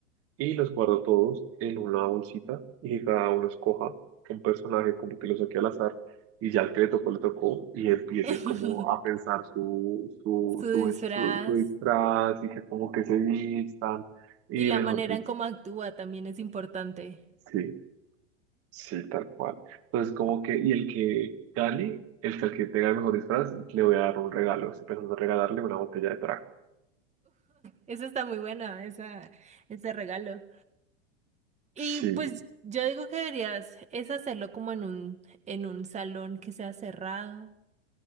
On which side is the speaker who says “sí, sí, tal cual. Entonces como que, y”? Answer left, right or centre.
Right